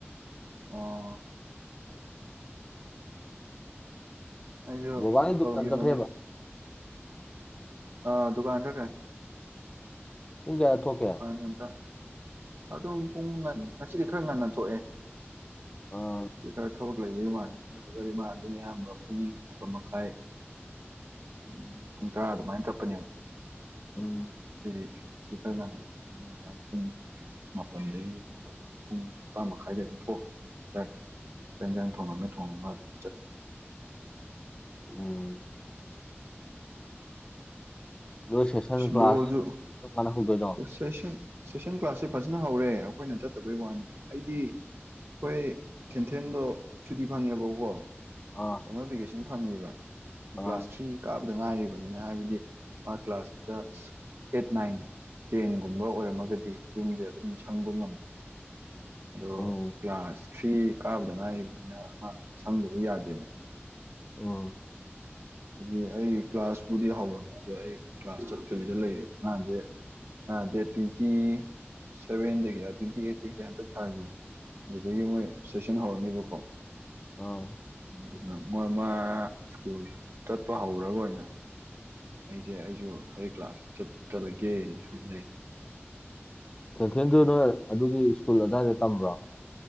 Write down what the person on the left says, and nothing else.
ꯕꯕꯥꯒꯤ
ꯗꯨꯀꯥꯟ ꯆꯠꯈ꯭ꯔꯦꯕ
ꯄꯨꯡ ꯀꯌ꯭ꯥꯗ ꯊꯣꯛꯀꯦ
ꯑꯥ,
ꯎꯝ
ꯎꯝ ꯅꯣꯏ ꯁꯦꯁꯟ
ꯀꯂ꯭ꯥꯁ
ꯀꯔꯝꯀꯟꯗ ꯍꯧꯗꯣꯏꯅꯣ
ꯑꯥ
ꯑꯥ
ꯎꯝ
ꯑꯣ
ꯑꯥ
ꯁ꯭ꯇꯤꯐꯦꯟꯁꯨ ꯅꯣꯏ ꯑꯗꯨꯒꯤ ꯁ꯭ꯀꯨꯜ ꯑꯗꯨꯋꯥꯏꯗ ꯇꯝꯕ꯭ꯔꯣ